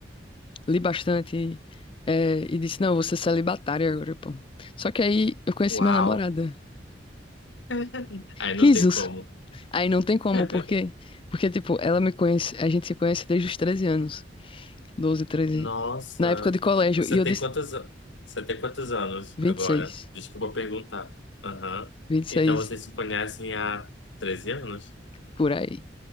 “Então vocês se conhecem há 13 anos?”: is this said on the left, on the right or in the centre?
Left